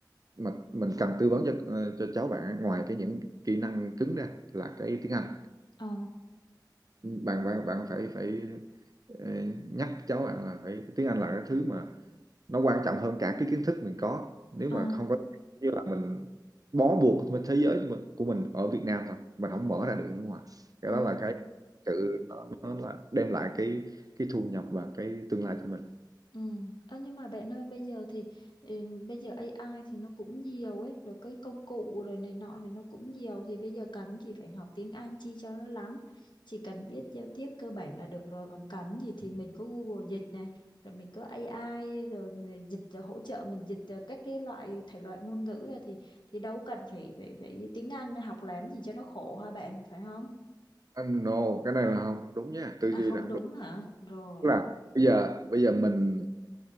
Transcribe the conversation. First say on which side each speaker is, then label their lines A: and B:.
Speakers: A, on the right (about 50°); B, on the left (about 80°).
A: mà mình cần tư vấn cho ờ, cho cháu bạn ngoài cái những kỹ năng cứng ra là cái tiếng Anh
B: ờ
A: bạn bạn bạn phải phải ờ, nhắc cháu bạn là phải tiếng Anh là cái thứ mà nó quan trọng hơn cả cái kiến thức mình có nếu
B: ờ
A: mà không có như là mình bó buộc với thế giới của mình của mình ở Việt Nam thôi mình không mở ra được nước ngoài cái
B: ừ
A: đó là cái sự nó, nó là đem lại cái cái thu nhập và cái tương lai cho mình
B: Ừ. Ơ, nhưng mà bạn ơi bây giờ thì ừm, bây giờ AI thì nó cũng nhiều ấy rồi cái công cụ rồi này nọ thì nó cũng nhiều thì bây giờ cần gì phải học tiếng Anh chi cho nó lắm chỉ cần biết giao tiếp cơ bản là được rồi còn cần gì thì mình có Google dịch này rồi mình có AI rồi dịch rồi hỗ trợ mình dịch ờ, các cái loại thể loại ngôn ngữ ra thì thì đâu cần phải phải phải tiếng Anh học làm gì cho nó khổ hả bạn phải không
A: anh no cái này là không, không đúng nha tư
B: à
A: duy
B: không
A: là không
B: đúng
A: đúng
B: hả rồi
A: Tức là bây giờ bây giờ mình